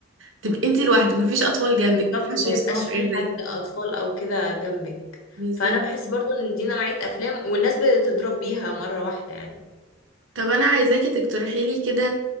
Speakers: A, on the right; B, on the left.
A: تبقي انت لوحدك مفيش اطفال جنبك
B: بالظبط
A: مفيش
B: ما
A: يسمعوا
B: يبقاش
A: حاجات
B: فيه
A: زي
B: حد
A: كده
B: اطفال او كده جنبك
A: بالظبط
B: فانا بحس
A: كده.
B: برضو ان دي نوعيه افلام والناس بتضرب بيها مره واحده يعني
A: طب انا عايزاكي تقترحي لي كده